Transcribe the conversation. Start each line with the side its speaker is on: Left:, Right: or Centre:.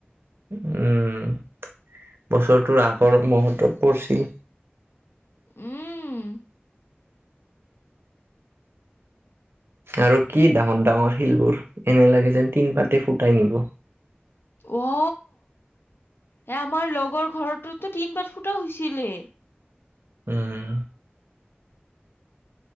Right: উম বছৰটোৰ আগৰ মুহূৰ্তত পৰিছিল
Left: উম
Right: আৰু কি ডাঙৰ ডাঙৰ শিলবোৰ এনে লাগে যেন তিন পাতে ফুটাই নিব
Left: অ এ আমাৰ লগৰ ঘৰটোতো তিন পাত ফুটা হৈছিলে
Right: উম